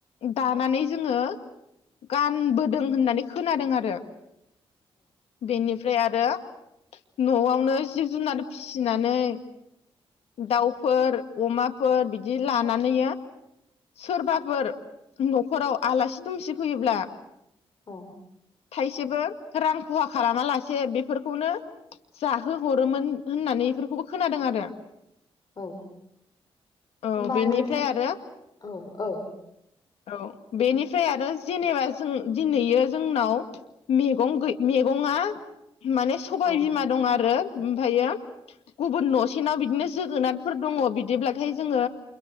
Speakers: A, on the left; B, on the left.
A: दानानै जोङो गानबोदों होननानै खोनादों आरो बेनिफ्राय आरो ओ न'आवनो जिब जुनार फिसिनानै दाउफोर अमाफोर बिदि लानानै सोरबाफोर न'खराव आलासि दुमसि फैयोब्ला
B: औ
A: थाइसेबो रां खहा खालामा लासे बेफोरखौनो जाहोहरोमोन होननानै बेफोरखौबो खोनादों आरो
B: औ
A: औ
B: होनबा
A: बेनिफ्राय
B: नोंथां
A: आरो
B: औ औ
A: औ बेनिफ्राय आरो जेनेबा जों दिनैयो जोंनाव मैगं मैगङा माने सबाय
B: औ
A: बिमा दं आरो ओमफ्रायो गुबुन न'सेनाव बिदिनो जोगोनारफोर दङ बिदिब्लाथाय जोङो